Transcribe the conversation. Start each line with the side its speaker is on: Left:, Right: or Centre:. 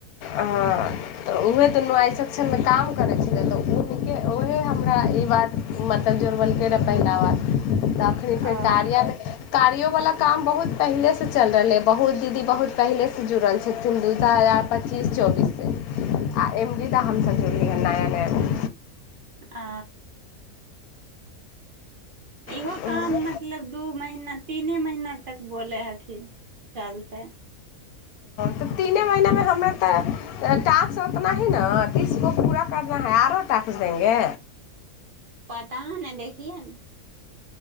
Left: हँ तऽ उएहे तऽ नुआइ सक्षममे काम करै छलै तऽे ओहे हमरा ई बात मतलब जुड़बेलकै रहऽ पहिला बात तखन
Right: ओ
Left: तियमे तियोवला काम बहुत पहिलेसँ चल रहलै बहुत दीदी बहुत पहिलेसँ जुड़ल छथिन दू हजार पच्चीस चौबीससँ आ एमरीदा हमसब जुड़लियै हँ नया नयााम
Right: आ इहो
Left: नयामे
Right: काम मतलब दू एक महीना तीने महीना तक बोले हखिन चलतै
Left: तऽ तीने महीनामे हमरा तऽ टास्क ओतना ही न तीसको पूरा करना है आरो ट्क द देंगे
Right: पता नहि देखियए ने